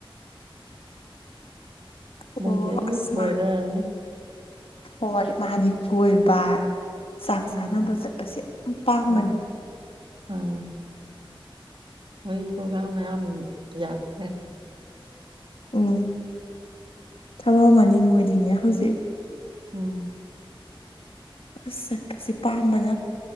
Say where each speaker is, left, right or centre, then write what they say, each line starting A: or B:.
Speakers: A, on the left; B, on the right.
A: ꯑꯣ
B: ꯃꯣꯏꯗꯤ ꯑꯗꯨꯝ
A: ꯑꯁ
B: ꯀꯣꯏꯔꯔꯅꯤ
A: ꯃꯥ ꯍꯣꯏ ꯃꯥꯗꯤ ꯀꯣꯏꯕ ꯆꯥꯛ
B: ꯎꯝ
A: ꯆꯥꯅꯕ ꯆꯠꯄꯁꯦ ꯌꯥꯝ ꯄꯥꯝꯕꯅꯤ
B: ꯎꯝ ꯑꯥ ꯋꯥ ꯄ꯭ꯔꯣꯒ꯭ꯔꯝ ꯌꯥꯝ ꯌꯥꯗꯦ
A: ꯎꯝ ꯊꯕ ꯃꯅꯤ ꯃꯣꯏꯗꯤꯅꯦ ꯍꯧꯖꯤꯛ
B: ꯎꯝ
A: ꯑꯁ ꯆꯠꯄꯁꯦ ꯄꯥꯝꯕꯅ